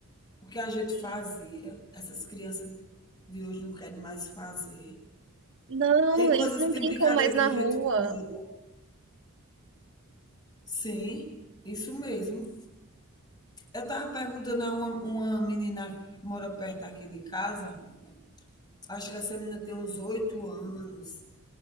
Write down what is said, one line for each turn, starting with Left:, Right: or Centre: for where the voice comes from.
Left: O que a gente
Right: Sim.
Left: fazia, essas crianças de hoje não querem mais fazer.
Right: Não,
Left: Tem coisas,
Right: eles não
Left: tem
Right: brincam
Left: brincadeira
Right: mais
Left: que
Right: na
Left: a gente
Right: rua.
Left: fazia. Sim, isso mesmo. Eu estava perguntando a uma, uma menina que mora perto aqui de casa, acho que essa menina tem uns 8 anos.